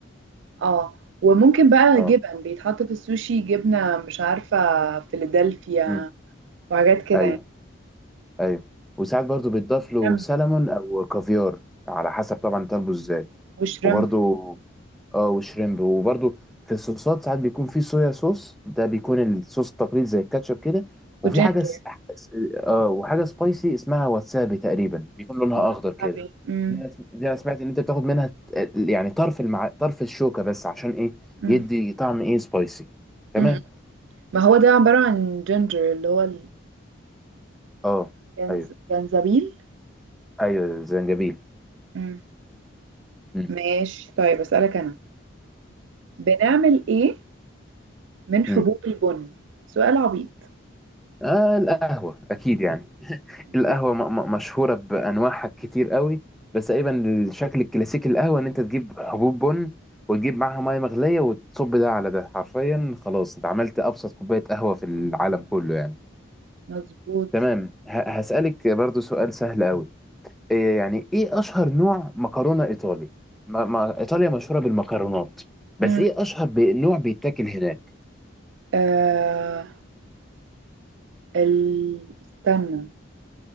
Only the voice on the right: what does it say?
اه وممكن بقى
جبن بيتحط في السوشي جبنة مش عارفة فيلادلفيا
وحاجات كده
يعني
شريمب
وشريمب
وجينجر
وسابي
مم.
مم.
مم. ما هو ده عبارة عن جينجر اللي هو
الجنز...
جنزبيل
مم.
ماشي طيب أسألك أنا بنعمل إيه من حبوب
البن سؤال عبيط
ماشي.
مظبوط
مم.
آه... ال... استنى